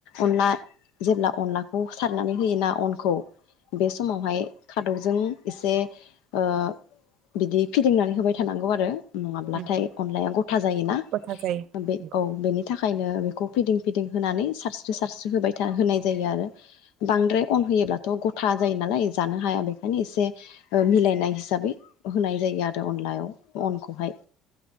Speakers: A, on the left; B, on the right.
A: अनला जेब्ला अनलाखौ सारनानै होयोना अनखौ बे समावहाय खादौजों एसे ओ बिदि फिदिंनानै होबाय थानांगौ आरो। नङाब्लाथाय
B: नंगौ
A: अनलाया गथा जायोना
B: गथा जायो
A: बे
B: नंगौ
A: औ बेनि थाखायनो बे फिदिं फिदिं होनानै सारस्रि सारस्रि होबाय था होनाय जायो आरो बांद्राय अन होयोब्लाथ' गथा जायो नालाय जानो हाया बेखायनो एसे मिलायनाय हिसाबै होनाय जायो आरो अनलायाव अनखौहाय